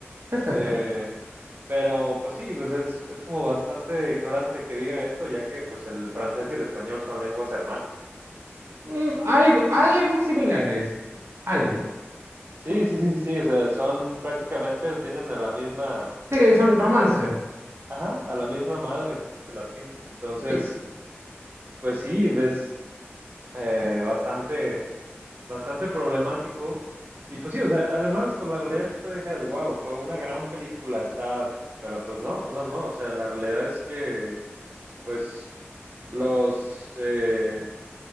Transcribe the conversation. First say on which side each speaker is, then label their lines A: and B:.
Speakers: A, on the right; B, on the right.
A: perfecto.
B: Eh, pero pues sí, pues es, es como bastante ignorante que diga esto, ya que pues el francés y el español son lenguas hermanas.
A: Mm, algo, algo similares, algo.
B: Sí, sí, sí, sí, sí, o sea, son prácticamente, tienen a la misma,
A: Sí, son romances.
B: ajá, a la misma madre, el latín. Entonces,
A: Sí.
B: pues sí, es eh, bastante bastante problemático. Y pues sí, o sea, además, pues la realidad es que tú dijeras, wow, fue una gran película, está, pero pues no, no, no, no, o sea, la realidad es que, pues, los, eh,